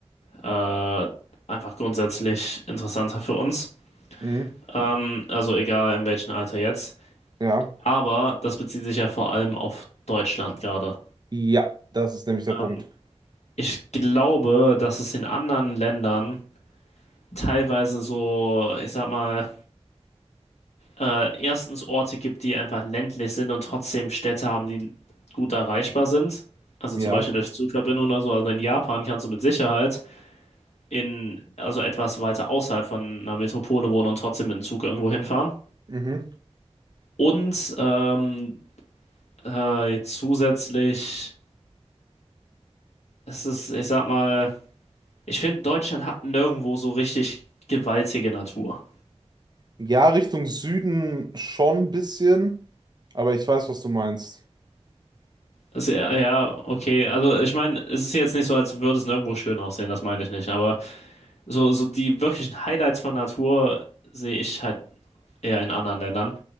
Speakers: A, on the left (about 75°); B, on the right (about 40°).
A: äh, einfach grundsätzlich interessanter für uns.
B: Mhm.
A: Ähm, also egal in welchem Alter jetzt.
B: Ja.
A: Aber das bezieht sich ja vor allem auf Deutschland gerade.
B: Ja, das ist nämlich der Punkt.
A: Ähm, ich glaube, dass es in anderen Ländern teilweise so, ich sag mal, äh, erstens Orte gibt, die einfach ländlich sind und trotzdem Städte haben, die gut erreichbar sind. Also
B: Ja.
A: zum Beispiel durch Zugverbindungen oder so. Also in Japan kannst du mit Sicherheit in, also etwas weiter außerhalb von einer Metropole wohnen und trotzdem mit dem Zug irgendwo hinfahren.
B: Mhm.
A: Und ähm, äh, zusätzlich, es ist, ich sag mal, ich finde, Deutschland hat nirgendwo so richtig gewaltige Natur.
B: Ja, Richtung Süden schon ein bisschen, aber ich weiß, was du meinst.
A: Ist ja, ja, okay. Also ich meine, es ist jetzt nicht so, als würde es nirgendwo schön aussehen, das meine ich nicht, aber. So, so die wirklichen Highlights von Natur sehe ich halt eher in anderen Ländern.